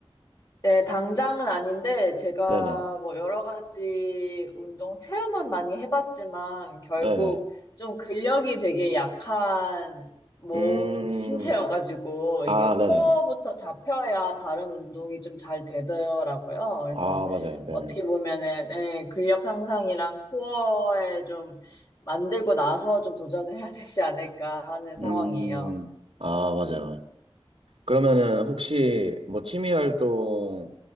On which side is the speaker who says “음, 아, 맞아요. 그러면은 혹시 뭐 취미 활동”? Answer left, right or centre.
Right